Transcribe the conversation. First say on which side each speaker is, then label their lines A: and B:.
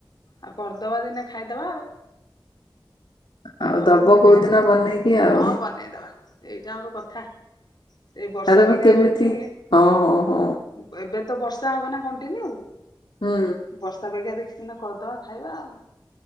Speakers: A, on the left; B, on the left.
A: ଆଉ କରିଦବା ଦିନେ ଖାଇଦବା ଆଉ।
B: ଆଉ
A: କରିକି
B: ଦବ
A: ଦିନେ
B: କୋଉ
A: ଖାଇଦବା
B: ଦିନ ବନେଇକି ଆଉ
A: ହଁ ବନେଇଦବା ଏଇଟା ଗୋଟେ କଥା ଏଇ ବର୍ଷା
B: ଆଉ ତମେ
A: ପାଗିଆ
B: କେମିତି
A: ଦେଖିକି
B: ହଁ ହଁ
A: ଏବେ ତ ବର୍ଷା ହବ ନା କଣ୍ଟିନ୍ୟୁ?
B: ହୁଁ
A: ବର୍ଷା ପାଗିଆ ଦେଖି କିନା କରିଦବା ଖାଇବା ଆଉ।